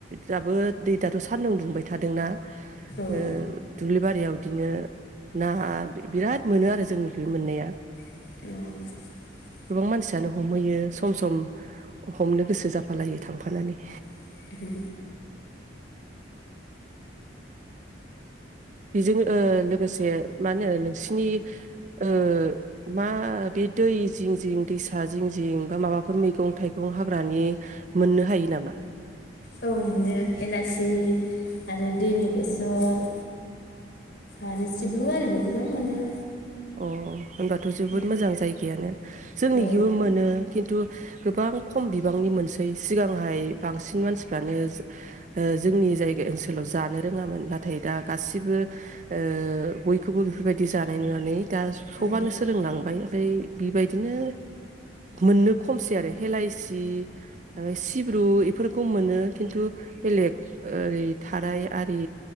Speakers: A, on the right; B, on the left.
A: दाबो दै दाथ' सान्दुं दुंबाय थादोंना
B: औ
A: ओ दुब्लि बारियाव बिदिनो ना बिराद मोनो आरो जोंनिथिंबो मोननाया
B: <inaudible>
A: गोबां मानसियानो हमहैयो सम सम हमनो गोसो जाफालायो थांफा फानानै
B: <inaudible>
A: बेजों ओ लोगोसे मा होनो नोंसिनि ओ मा बे दै जिं जिं दैसा जिं जिं बा माबाफोर मैगं थाइगं हाग्रानि मोननो हायो नामा?
B: औ मोनो हेलासि आरो दैनि बेसर आरो सिब्रु आरिबो गोबां मोनो।
A: अ होनबाथ' जोबोद
B: औ
A: मोजां जायगायानो जोंनिखिबो
B: औ
A: मोनो खिन्थु गोबां खम बिबांनि मोनसै सिगांहाय बांसिन मानसिफ्रानो ओ जोंनि जायगा ओनसोलाव जानो रोङामोन नाथाय दा गासिबो ओ बयखौबो बेफोरबायदि जानाय नुनानै दा सबानो
B: औ
A: सोलोंलांबाय ओमफ्राय बेबायदिनो मोननो खमसै आरो। हेलायसि सिब्रु बेफोरखौ मोनो खिन्थु बेलेग ओरै थाराय आरि